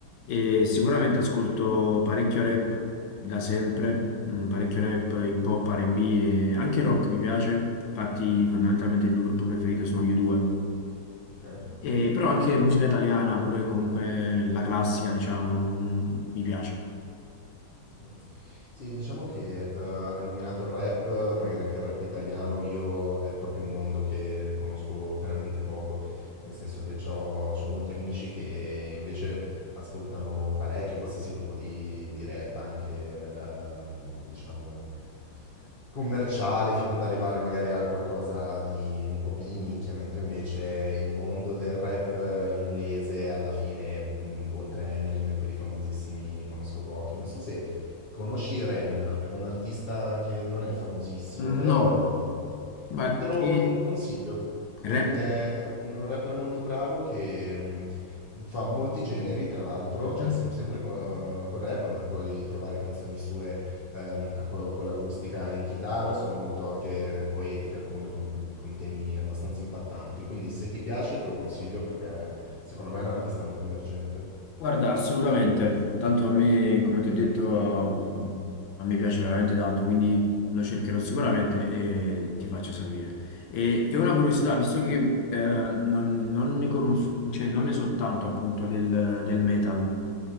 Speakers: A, on the left; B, on the left.
A: e sicuramente ascolto parecchio rap da sempre, mm, parecchio rap, hip hop, R&B e anche rock mi piace, infatti fondamentalmente il mio gruppo preferito sono gli due
B: Ok.
A: e, però anche musica italiana, pure comunque la classica, diciamo, mm, mi piace.
B: Mm. Sì, diciamo che eh, hai nominato il rap, magari anche il rap italiano, io è proprio un mondo che conosco veramente poco, nel senso che ho molti amici che invece ascoltano parecchio qualsiasi tipo di, di rap, anche ehm, diciamo commerciale, fino ad arrivare magari a qualcosa di un po' più di nicchia, mentre invece il mondo del rap eh, inglese alla fine, mh, oltre a Eminem e quelli famosissimi, conosco pochi. Non so se... Conosci Ren, è un artista che non è famosissimo,
A: Mm,
B: però
A: No,
B: eh,
A: ma
B: te lo,
A: che
B: te lo consiglio
A: rap?
B: perché è un rapper molto bravo che mh, fa molti generi, tra l'altro,
A: Mhm.
B: cioè sem- sempre co- col rap, ma puoi trovare canzoni sue ehm, a co- con l'acustica in chitarra, sono molto anche poetiche, alcune con, con temi abbastanza impattanti, quindi se ti piace te lo consiglio perché secondo me è un artista molto emergente.
A: Guarda, assolutamente, tanto a me, come ti ho detto, mm, a me piace veramente tanto, quindi lo cercherò sicuramente e ti faccio sapere. E ho una curiosità, visto che eh, non, non ne conosco, cioè non ne so tanto appunto del, del metal,